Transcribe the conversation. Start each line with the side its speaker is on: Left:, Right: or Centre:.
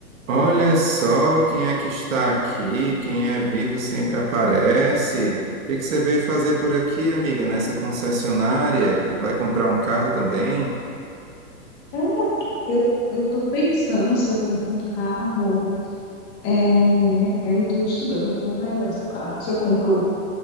Right: Olha só quem é que está aqui, quem é vivo sempre aparece. O que que você veio fazer por aqui, amiga, nessa concessionária? Vai comprar um carro também?
Left: É, eu, eu tô pensando se eu compro um carro, é, ainda estou estudando o que é melhor, se eu, se eu compro